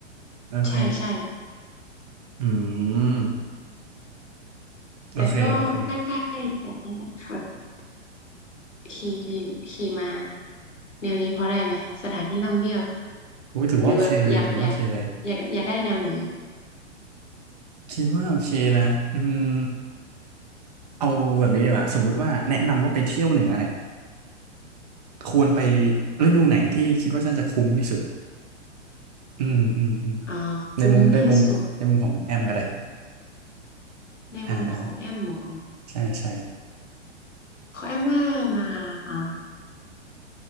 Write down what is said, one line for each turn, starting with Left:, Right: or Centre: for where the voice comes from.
Right: โอเค
Left: ใช่ใช่
Right: อืมโอเคโอเค
Left: แต่ก็ใกล้ๆกันนั่นแหละค่ะ ขี่ขี่ขี่มาแนวนี้พอได้ไหมสถานที่ท่องเที่ยว
Right: กูถือว่าโอเคเลยถือว่าโอเคเลย
Left: หรือแบบอยากอยากอยากอยากได้แนวไหน
Right: คิดว่าโอเคนะอืม เอาแบบนี้ดีกว่าสมมติว่าแนะนำว่าไปเที่ยวเหนือเนี่ยควรไปฤดูไหนที่คิดว่าน่าจะคุ้มที่สุดอืมอืมอืม
Left: อ่าคุ้มที่สุด
Right: ในมุมในมุมในมุมของแอมก็ได้
Left: ในมุมของแอมหมอ
Right: อ่าอ่าใช่ใช่
Left: ของแอมว่ามาอ่า